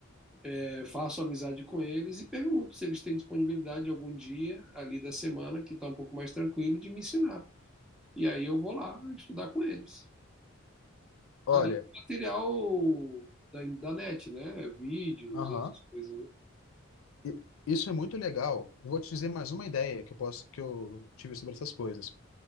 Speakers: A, in the centre; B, on the left.
A: é, faço amizade com eles e pergunto se eles têm disponibilidade algum dia ali da semana que está um pouco mais tranquilo de me ensinar. E aí eu vou lá estudar com eles.
B: Olha,
A: Além do material da, da net, né? Vídeos,
B: aham.
A: essas coisas, né?
B: I- Isso é muito legal. Vou te dizer mais uma ideia que eu posso que eu tive sobre essas coisas.